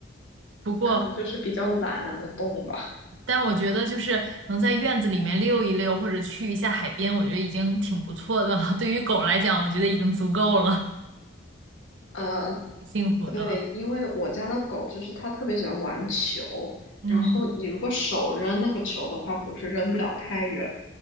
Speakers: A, on the right; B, on the left.
A: 不过，
B: 可能就是比较懒，懒得动吧。
A: 但我觉得就是能在院子里面溜一溜，或者去一下海边，我觉得已经挺不错的了。对于狗来讲，我觉得已经足够了，
B: 呃，
A: 挺幸福的了。
B: 对，因为我家的狗就是它特别喜欢玩球，
A: 嗯
B: 然后你如果手扔那个球的话，不是扔不了太远。